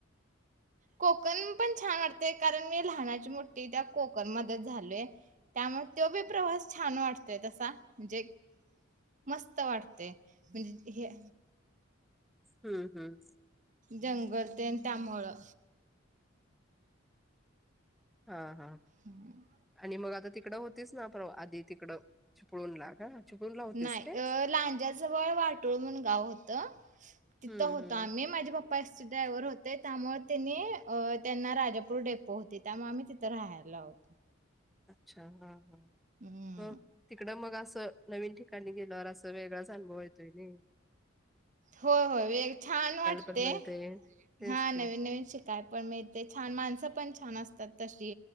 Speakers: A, on the right (about 40°); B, in the centre.
A: कोकण पण छान वाटतय, कारण मी लहानाची मोठी त्या कोकण मध्येच झालोय त्यामुळे तो बी प्रवास छान वाटतोय तसा, म्हणजे मस्त मस्त वाटते म्हणजे हे
B: हम्म हम्म
A: जंगल तेन त्यामुळं
B: हा हा
A: हम्म
B: आणि मग आता तिकडं होतीच ना प्र आधी तिकडं चिपळून ला का चिपळूणला होतीस
A: नाही
B: काय?
A: लांजाजवळ वाटोळ म्हण गाव होत तिथं
B: हम्म
A: होतो
B: हम्म
A: आम्ही माझे पप्पा ड्रायव्हर होते. त्यामुळे तिने त्यांना राजापूर डेपो होते त्यामुळे आम्ही तिथं राहायला होतो.
B: अच्छा हा हा
A: हम्म.
B: ह तिकड मग असं नवीन ठिकण कण गल र अस वेगळच अनभवयतय नी
A: हो होय वेग छान वाटते,
B: पण मिळतय तेच
A: हा
B: की
A: नवीन नवीन शिकाय पण मिळते छान माणसं पण छान अस तत् तशी